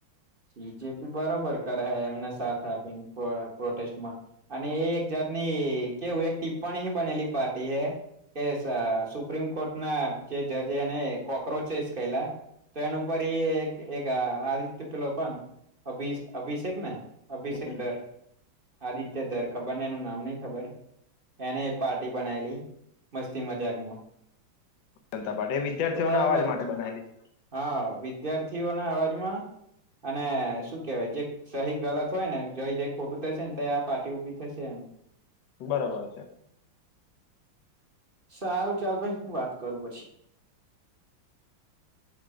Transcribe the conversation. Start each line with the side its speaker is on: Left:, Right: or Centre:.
Right: બીજેપી બરોબર કરહે એમને સાથ આપીને પ્ર પ્રોટેસ્ટમાં અને એ એક જાત ની કેવું એક ટિપ્પણી હ બનેલી પાર્ટી હે કે સા સુપ્રીમ કોર્ટ ના જે જજેને કોક્રોચસ કેલા તો એના ઉપર એક આ રીત લો પણ અભિ અભિષેક ને અભિષેક
Left: હમ,
Right: દર આદિત્ય દર ખબર ને એનું નામ નહ ખબર એને પાર્ટી બનાયલી મસ્તી મજાકમાં
Left: જનતા પાર્ટી એ વિદ્યાર્થીઓને
Right: તો બરોબર
Left: અવાજ માટે
Right: જ
Left: બનાયલી
Right: હા વિદ્યાર્થીઓ ના અવાજમાં અને શું કેવાય જે સહી ગલત હોય ને જઈ જઈ ખોટું થશે ને ત આ પાર્ટી ઉભી થશે એમ
Left: બરોબર છે.
Right: સારું ચાલ ભાઈ હું વાત કરું પછી